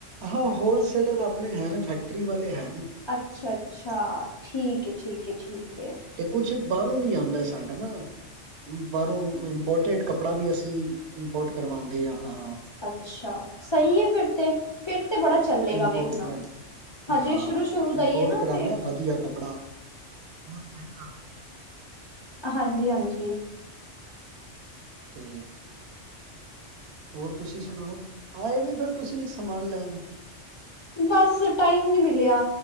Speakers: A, on the right; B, on the left.
A: ਹਾਂ ਹੋਲਸੇਲਰ ਆਪਣੇ ਹੈ ਫੈਕਟਰੀ ਵਾਲੇ ਹੈ।
B: ਅੱਛਾ, ਅੱਛਾ ਠੀਕ ਹੈ, ਠੀਕ ਹੈ, ਠੀਕ ਹੈ।
A: ਤੇ ਕੁਛ ਬਾਹਰੋਂ ਵੀ ਆਉਂਦਾ ਸਾਡਾ ਨਾ ਬਾਹਰੋਂ ਪੋਰਟਰੇਡ ਕੱਪੜਾ ਵੀ ਅਸੀਂ ਇੰਪੋਰਟ ਕਰਵਾਉਂਦੇ ਹਾਂ।
B: ਅੱਛਾ ਸਹੀ ਹੈ ਫਿਰ ਤੇ ਫਿਰ ਤੇ ਬੜਾ ਚੱਲੇਗਾ
A: ਇੰਪੋਰਟ
B: ਵੇਖਣਾ।
A: ਕਰਾ
B: ਹਜੇ
A: ਹਾਂ
B: ਸ਼ੁਰੂ-ਸ਼ੁਰੂ ਦਾ
A: ਇੰਪੋਰਟ
B: ਈ ਐ ਨਾ
A: ਕਰਾਦੇ
B: ਤੇ
A: ਆ ਵਧੀਆ ਕੱਪੜਾ ਬਹੁਤ ਮਹਿੰਗਾ
B: ਹਾਂਜੀ ਹਾਂਜੀ
A: ਤੇ ਹੋਰ ਤੁਸੀਂ ਸੁਣਾਓ ਆਏ ਨੀ ਫਿਰ ਤੁਸੀਂ ਸਮਾਨ ਲੈਣ
B: ਬਸ ਟਾਈਮ ਨਹੀਂ ਮਿਲਿਆ